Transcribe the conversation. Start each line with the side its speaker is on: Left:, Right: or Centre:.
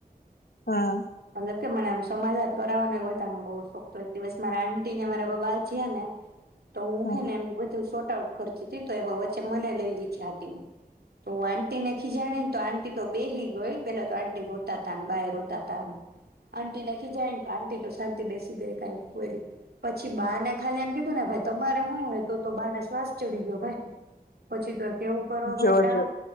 Left: હા.
Right: મતલબ કે મને આમ સમાધાન કરાવાનોય બધાનો બહ શોખ તો એક દિવસ મારા આંટી ને મારા બધા બાધ્યા ને તો હું
Left: હા
Right: હે ને એમનું બધું શોર્ટ આઉટ કરતી હતી તો એમાં વચ્ચે મને લઈ લીઘી આટીમાં. તો આંટીને ખિજાણી ને તો આં તો બેહી ગય પેલા તો આંટી રોતાતા ને બાય રોતાતા ને હમ. આંટીને ખીજાયને તો આન્ટી તો શાંતિથી બેસી ગઈ કાય ન બોયલી. પછી બા ને ખાલી એમ કીધું ને ભાઈ તમારે હું હે, તા તો બાને શ્વાસ ચડી ગયો ભાઈ પછી તો એવું કરવા મયન્ડા
Left: જોજો